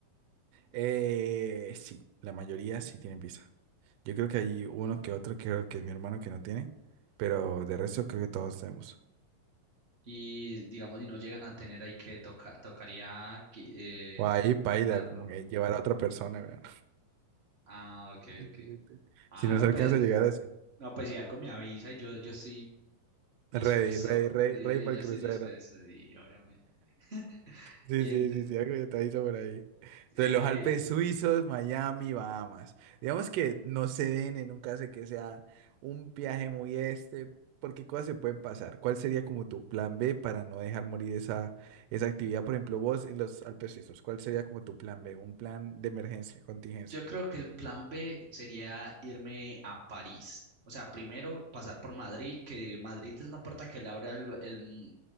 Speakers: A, on the right; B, on the right.
A: Eh, sí, la mayoría sí tienen visa. Yo creo que hay uno que otro, creo que es mi hermano que no tiene, pero de resto creo que todos tenemos.
B: y digamos si no llegan a tener ahí que toca, tocaría qui- eh,
A: O ahí paila,
B: darlo.
A: como que llevar a otra persona, weón.
B: Ah, ok,
A: <laughs>
B: ok. Ah,
A: Si nos
B: no,
A: alcanza
B: pues,
A: a llegar así.
B: no, pues si algo me avisa y yo, yo estoy dispuesto,
A: Ready, ready, ready,
B: eh,
A: ready para
B: yo
A: el
B: estoy
A: crucero.
B: dispuesto y obviamente. <laughs>
A: Sí,
B: Y
A: sí,
B: en-
A: sí, sí, algo detallito por ahí. Entonces,
B: eh,
A: los Alpes suizos, Miami, Bahamas. Digamos que no se den en un caso de que sea un viaje muy este, porque cosas se pueden pasar. ¿Cuál sería como tu plan B para no dejar morir esa, esa actividad? Por ejemplo, vos en los Alpes suizos, ¿cuál sería como tu plan B? Un plan de emergencia, contingencia.
B: Yo creo que el plan B sería irme a París. O sea, primero pasar por Madrid, que Madrid es la puerta que le abre al- el